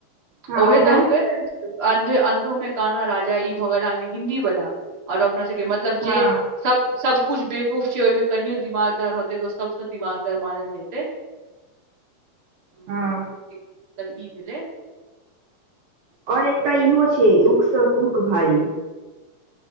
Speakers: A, on the right; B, on the right.
A: हँ
B: ओहिे
A: ओहे
B: तऽ हम कैह रहल छी। अंध- अंधो में काना राजा ई भऽ गेल अहाँके हिन्दी वाला और अपना सबके मै मतलब
A: हँ
B: जे सब सब कुछ बेकूफ छै ओहिमे कनियो दिमागदार होतै तऽ ओ सबसँ दिमागदार मानल जेतै। हम्म,
A: हँ।
B: मतलब ई भेलै। हम्म,
A: और एकटा इहो छै उख सब पूक भारी